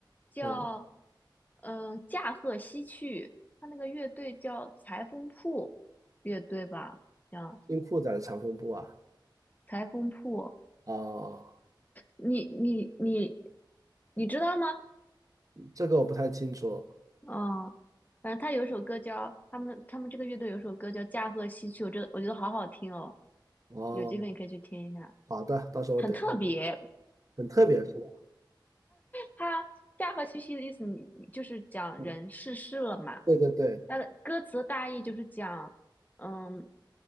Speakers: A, on the left (about 20°); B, on the right (about 45°).
A: 叫
B: 嗯，
A: 嗯《驾鹤西去》，他那个乐队叫裁缝铺乐队吧，像
B: 听酷仔的《长风布啊？
A: 裁缝铺。
B: 哦，
A: 你你你你知道吗？
B: 这个我不太清楚。
A: 嗯，反正他有一首歌叫他们他们这个乐队有一首歌叫《驾鹤西去》，我这我觉得好好听哦，
B: 哦，
A: 有机会你可以去听一下，
B: 好的，到时候我等一下吧。
A: 很特别。
B: 很特别是吧？
A: 它“驾鹤西去”的意思你就是讲人逝世了嘛。
B: 嗯，对对对，
A: 它的歌词的大意就是讲，嗯，